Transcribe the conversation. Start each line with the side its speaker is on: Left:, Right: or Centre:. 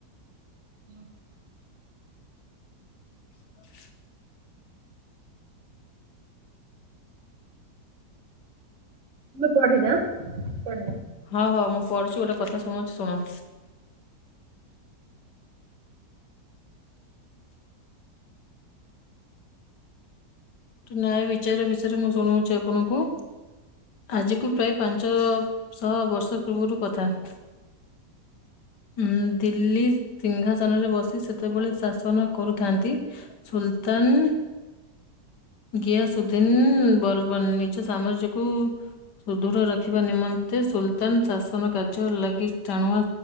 Right: <inaudible>
Left: <inaudible>
Right: ତମେ ପଢିଯା ପଢିଯା
Left: ହଁ ହଉ ମୁଁ ପଢୁଛି ଗୋଟେ କଥା ଶୁଣଉଛି ଶୁଣ। ନ୍ୟାୟ ବିଚାର ବିଷୟରେ ମୁଁ ଶୁଣଉଛି ଆପଣଙ୍କୁ? ଆଜିକୁ ପ୍ରାୟ ପାଞ୍ଚଶହ ବର୍ଷ ପୂର୍ବରୁ କଥା। <inaudible> ଉଁ ଦିଲ୍ଲୀ ସିଂହାସନରେ ବସି ସେତେବେଳେ ଶାସନ କରୁଥାନ୍ତି। ସୁଲତାନ ଗିଆସୁଧିନ ବରବନ ନିଜ ସାମ୍ରାଜ୍ୟକୁ ସୁଦୃଢ ରଖିବା ନିମନ୍ତେ ସୁଲତାନ ଶାସନ କାର୍ଯ୍ୟ ଲାଗି ଟାଣୁଆ